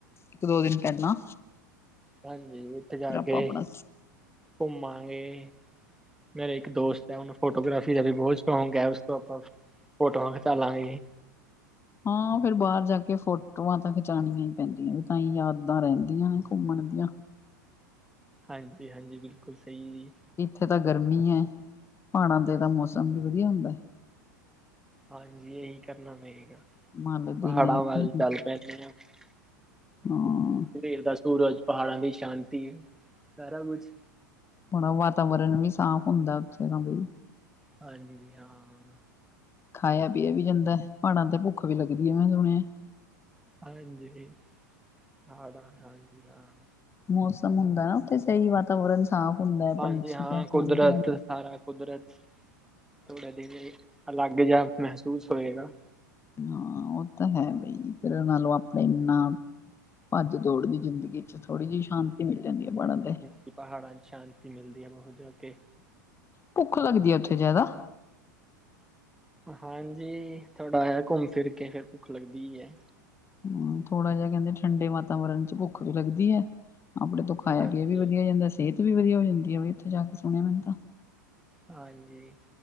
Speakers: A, on the left; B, in the centre.
A: ਇੱਕ-ਦੋ ਦਿਨ ਪਹਿਲਾਂ।
B: ਹਾਂਜੀ, ਓਥੇ
A: ਫਿਰ
B: ਜਾ
A: ਆਪਾਂ
B: ਕੇ
A: ਆਪਣਾ
B: ਘੁੰਮਾਂਗੇ। ਮੇਰੇ ਇੱਕ ਦੋਸਤ ਐ, ਉਹਨੂੰ ਫੋਟੋਗ੍ਰਾਫੀ ਦਾ ਵੀ ਬਹੁਤ ਸ਼ੌਕ ਐ, ਉਸ ਤੋਂ ਆਪਾਂ ਫ਼ੋਟੋਆਂ ਖਿਚਾ ਲਾਂਗੇ।
A: ਹਾਂ ਫਿਰ ਬਾਰ ਜਾ ਕੇ ਫ਼ੋਟੋਆਂ ਤਾਂ ਖਿਚਾਣੀਆਂ ਈ ਪੈਂਦੀਆਂ ਵੀ ਤਾਂ ਈ ਯਾਦਾਂ ਰੈਂਦੀਆਂ ਐ ਘੁੰਮਣ ਦੀਆਂ।
B: ਹਾਂਜੀ-ਹਾਂਜੀ ਬਿਲਕੁੱਲ ਸਈ ਜੀ।
A: ਇੱਥੇ ਤਾਂ ਗਰਮੀ ਐ ਪਹਾੜਾਂ ਤੇ ਤਾਂ ਮੌਸਮ ਵੀ ਵਧੀਆ ਹੁੰਦਾ।
B: ਹਾਂਜੀ ਏਹੀ ਕਰਨਾ ਪਏਗਾ,
A: ਹਿਮਾਲਿਆ ਦੀ
B: ਪਹਾੜਾਂ
A: ਨਾ ਨਿਕਲ
B: ਵੱਲ ਚੱਲ ਪੈ ਜਿਵੇਂ ਓ
A: ਹਾਂ
B: ਸਵੇਰ ਦਾ ਸੂਰਜ ਪਹਾੜਾਂ ਦੀ ਸ਼ਾਂਤੀ ਏ ਸਾਰਾ ਕੁਛ।
A: ਬੜਾ ਵਾਤਾਵਰਨ ਵੀ ਸਾਫ਼ ਹੁੰਦਾ ਉੱਥੇ ਦਾ ਬਈ।
B: ਹਾਂਜੀ ਜੀ ਹਾਂ।
A: ਖਾਇਆ ਪੀਆ ਵੀ ਜਾਂਦਾ ਐ ਪਹਾੜਾਂ ਤੇ ਭੁੱਖ ਵੀ ਲੱਗਦੀ ਏ ਮੈਂ ਸੁਣਿਆ।
B: ਹਾਂਜੀ, ਪਹਾੜਾਂ ਹਾਂਜੀ ਹਾਂ।
A: ਮੌਸਮ ਹੁੰਦਾ ਨਾ ਉੱਥੇ ਸਈ ਵਾਤਾਵਰਨ ਸਾਫ਼ ਹੁੰਦਾ ਐ
B: ਹਾਂਜੀ
A: ਪੰਛੀ
B: ਹਾਂ
A: ਚਿਹਚਹਾਦੇ
B: ਕੁਦਰਤ
A: ਨੇ।
B: ਸਾਰਾ ਕੁਦਰਤ, ਥੋੜੇ ਦਿਨ ਨਈ ਅਲੱਗ ਜਾ ਮਹਿਸੂਸ ਹੋਏਗਾ।
A: ਹਾਂ ਓ ਤਾਂ ਹੈ ਬਈ ਫੇਰ ਨਾਲੋਂ ਆਪਣੇ ਇਨਾਂ ਭੱਜ ਦੌੜ ਦੀ ਜ਼ਿੰਦਗੀ ਚ ਥੋੜੀ ਜੀ ਸ਼ਾਂਤੀ ਮਿਲ ਜਾਂਦੀ ਏ ਪਾੜਾਂ ਤੇ।
B: ਕਿ ਪਹਾੜਾਂ ਚ ਸ਼ਾਂਤੀ ਮਿਲਦੀ ਐ ਮੂੰ ਜੋ ਕੇ
A: ਭੁੱਖ ਲੱਗਦੀ ਐ ਉੱਥੇ ਜਿਆਦਾ।
B: ਹਾਂਜੀ ਥੋੜਾ ਜਾ ਘੁੰਮ ਫਿਰ ਕੇ ਫੇਰ ਭੁੱਖ ਲੱਗਦੀ ਐ।
A: ਹੂੰ ਥੋੜਾ ਜਾ ਕੈਂਦੇ ਠੰਡੇ ਵਾਤਾਵਰਨ ਚ ਭੁੱਖ ਵੀ ਲੱਗਦੀ ਐ ਆਪਣੇ ਤੋਂ ਖਾਇਆ
B: ਹਾਂਜੀ।
A: ਪੀਆ ਵੀ ਵਧੀਆ ਹੋ ਜਾਂਦਾ, ਸੇਅਤ ਵੀ ਵਧੀਆ ਹੋ ਜਾਂਦੀ ਐ ਬਈ ਉੱਥੇ ਜਾਂ ਕੇ ਸੁਣਿਆ ਮੈਂ ਤਾਂ।
B: ਹਾਂਜੀ,